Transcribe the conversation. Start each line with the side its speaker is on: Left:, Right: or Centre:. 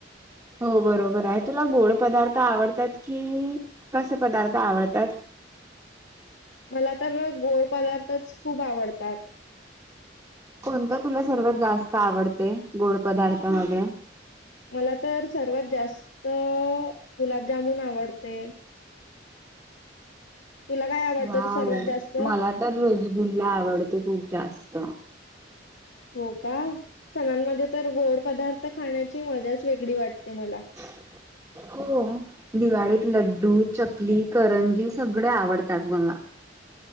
Right: हो बरोबर आहे तुला गोड पदार्थ आवडतात की कसे पदार्थ आवडतात
Left: मला तर गोड पदार्थच खूप आवडतात
Right: कोणत तुला सर्वात जास्त आवडते गोड पदार्था मध्ये
Left: मला तर सर्वात जास्त गुलाबजामुन आवडते तुला काय आवडतं
Right: ह
Left: ते सर्वात जास्त
Right: मला तर रसगुल्ला आवडते खूप जास्त
Left: हो का सणांमध्ये तर गोड पदार्थ खाण्याची मजाच वेगळी वाटते मला
Right: <inaudible> हो दिवाळीत लड्डू चकली करंजी सगळे आवडतात मला